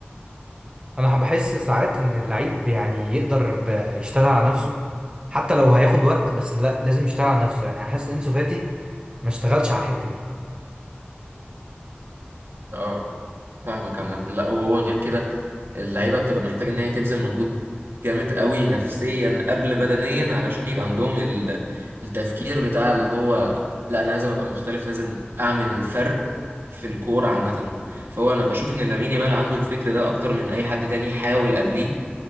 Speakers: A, on the right (about 25°); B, on the right (about 75°).
A: انا بحس ساعات ان اللعيب يعني يقدر ب- يشتغل على نفسه حتى لو هياخد وقت بس لا لازم يشتغل على نفسه يعني حاسس ان انسو فاتي ما اشتغلش على الحته دي
B: اه فاهمك عامه لا وهو غير كده اللعيبه بتبقى محتاجه ان هي تبذل مجهود جامد قوي نفسيا قبل بدنيا علشان يبقى عندهم ال- التفكير بتاع اللي هو لا انا لازم ابقى مختلف لازم اعمل فرق في الكوره عامه فهو انا بشوف ان لامين يامال عنده الفكر ده اكتر من اي حد تاني حاول قبليه